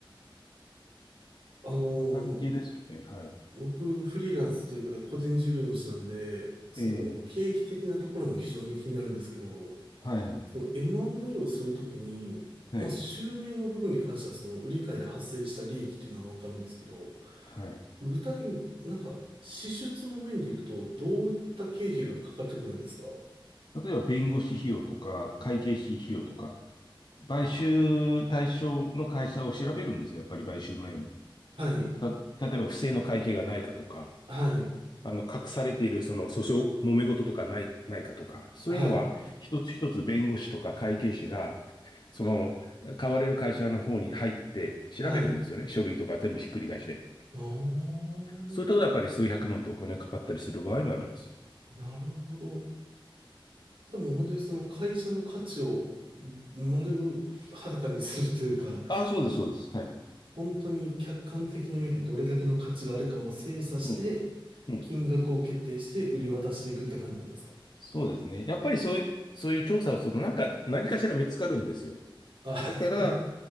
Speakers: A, on the right; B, on the left.
A: あの
B: そんな感じですよね。はい。
A: 僕、フリーランスというか、個人事業主なんで、その経費的なところも非常に気になるんですけど、
B: ええ、はいはい。
A: その M&A をするときに、
B: はい。
A: まあ、収入の部分に関しては、その売り買いで発生した利益っていうのはわかるんですけど、
B: はい。
A: 具体的になんか支出の面でいくと、どういった経費がかかってくるんですか
B: 例えば、弁護士費用とか、会計士費用とか、買収対象の会社を調べるんですよ。
A: あ、
B: やっぱり買収前に。
A: はい、
B: た、例えば、不正の会計がないかとか、
A: はい、
B: あの、隠されている、その、訴訟、揉め事とかない、ないかとか、そういうのは、
A: はい、
B: 一つ一つ弁護士とか会計士が、その、買われる会社の方に入って調べるんですよね。
A: はい。
B: 書類とか全部ひっくり返して。
A: あー
B: そういったことはやっぱり数百万ってお金かかったりする場合もあります。
A: なるほど。でも本当にその会社の価値を丸裸にするというか、
B: ああ、そうです、そうです。はい。
A: 本当に客観的に見てどれだけの価値があるかを精査して、
B: うん、うん。
A: 金額を決定して売り渡していくって感じなんですか
B: そうですね。やっぱりそういう、そういう調査をすると、なんか、何かしら見つかるんですよ。
A: あ、
B: だから、